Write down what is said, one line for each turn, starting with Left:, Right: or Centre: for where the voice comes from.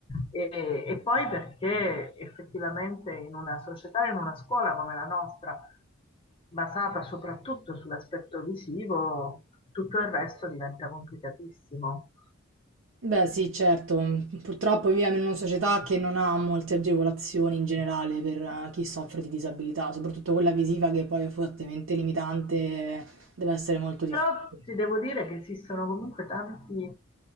Left: e, e poi perché effettivamente in una società, in una scuola come la nostra, basata soprattutto sull'aspetto visivo, tutto il resto diventa complicatissimo.
Right: Beh, sì, certo. Purtroppo viviamo in una società che non ha molte agevolazioni in generale per eh, chi soffre di disabilità, soprattutto quella visiva che poi è fortemente limitante, eh, deve essere molto difficile.
Left: Però ti devo dire che esistono comunque tanti